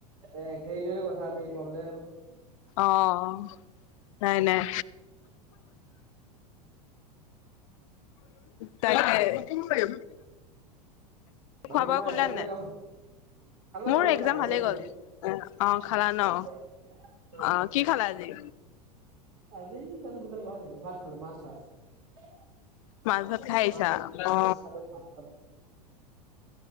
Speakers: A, on the right; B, on the left.
A: এ, সেইটোয়ে কথা মেন প্ৰব্লেম।
B: অ', নাই নাই। তাকে <unintelligible>
A: বাকী
B: খোৱা বোৱা
A: তোমাৰ
B: কৰিলা
A: একজাম কেনেকুৱা
B: নাই
A: হ'ল? খালো
B: মোৰ
A: খালো
B: একজাম
A: খাই কৰি
B: ভালেই
A: আহিছো
B: গ'ল, অ খালা ন?
A: আচ্ছা আচ্ছা
B: অ'।
A: আচ্ছা
B: কি খালা আজি?
A: আজি জানো কি খালোঁ পাহৰি থাকিলোঁ, ভাত খালো। মাছ, ভাত।
B: মাছ, ভাত খাই আহিছা।
A: মাছ
B: বাহ
A: মাছ খালো ভাত খালো